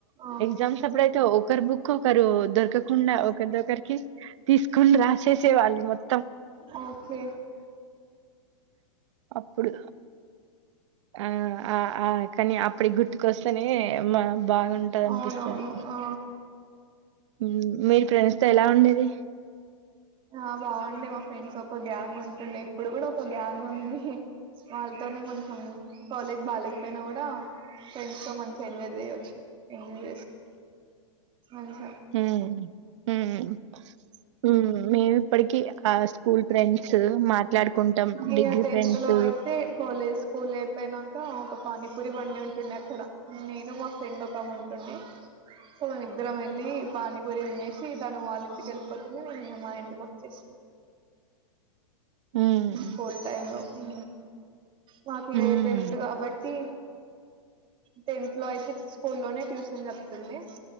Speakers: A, on the right; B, on the right.
A: ఆ!
B: ఎగ్జామ్స్ అప్పుడే తో ఒకరి బుక్ ఒక్కొకరు దొరకకుండా, ఒక్కరిది ఒక్కరికి తీసుకొని రాసేసే వాళ్ళు మొత్తం.
A: ఓకే.
B: అప్పుడు ఆ ఆ ఆ కాని అప్పడి గుర్తుకొస్తానే బా బా బాగుంటది అనిపిస్తుది
A: అవునవును. ఆ!
B: ము మీరు ఫ్రెండ్స్ తో ఎలా ఉండే ఏ
A: ఆ బాగుండ్యా మా ఫ్రెండ్స్ ఒక గ్యాంగ్ ఉంటుంటే ఇప్పుడు కూడా ఒక గ్యాంగ్ ఉంది, వాళ్ళతోనే కొంచెం కాలేజ్ బాగాలేకపోయినా కూడా ఫ్రెండ్స్ తో మంచి గా ఎంజాయ్ చేయొచ్చు, ఎంజాయ్ అ ఆ
B: హ్మ్ హ్మ్ హ్మ్ మేము ఇప్పటికి ఆ స్కూల్ ఫ్రెండ్స్ మాట్లాడుకుంటాం
A: ఇక
B: డిగ్రీ
A: టెన్త్
B: ఫ్రెండ్స్
A: లో అయితే కాలేజ్ స్కూల్ అయిపోయిన ఒక పానీపూరి బండి ఉంటుంది అక్కడ నేను మా ఫ్రెండ్ ఒక ఆమె ఉంటున్నే తో మేము ఇద్దరం వెళ్ళి పానీపురి తినేసి, తను వాళ్ళ ఇంటికి వెళ్ళిపోతునే నేను మా ఇంటికి వచ్చేసి
B: హ్మ్
A: పోతనూ ఊ మాకు
B: హ్మ్
A: యే టెన్త్ ఎంత కాబట్టి టెన్త్ లో అయితే స్కూలోనే ట్యూషన్ చెప్తున్నే